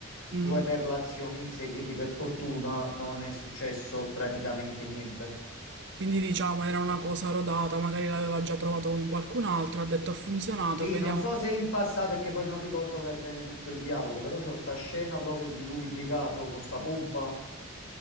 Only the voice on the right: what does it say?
Mm.
Quindi diciamo era una cosa rodata, magari l'aveva già provato con qualcun altro, ha detto ha funzionato,
vediamo.